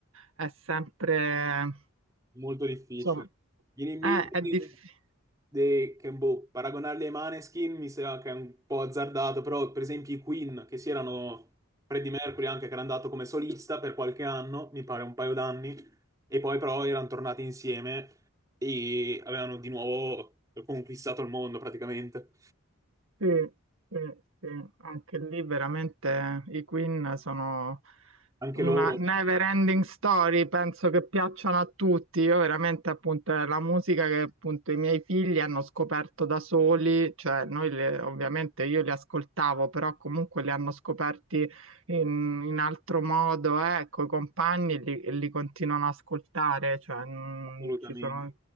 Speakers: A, on the right (about 70°); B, on the right (about 15°).
A: è sempre,
B: molto difficile.
A: insomma,
B: Viene in
A: eh,
B: mente
A: è difficile.
B: de- che, boh, paragonarli ai Maneskin mi sa che è un po' azzardato, però per esempio i Queen, che si erano Freddie Mercury anche, che era andato come solista per qualche anno, mi pare un paio d'anni, e poi però erano tornati insieme e avevano di nuovo conquistato il mondo praticamente.
A: Sì, sì, sì, anche lì veramente i Queen sono
B: Anche
A: una
B: loro,
A: never ending story, penso che piacciono a tutti. Io veramente appunto è la musica che appunto i miei figli hanno scoperto da soli, cioè noi le- ovviamente io li ascoltavo, però comunque li hanno scoperti in, in altro modo, eh, coi compagni e li, e li continuano ad ascoltare, cioè mm,
B: assolutamente.
A: ci sono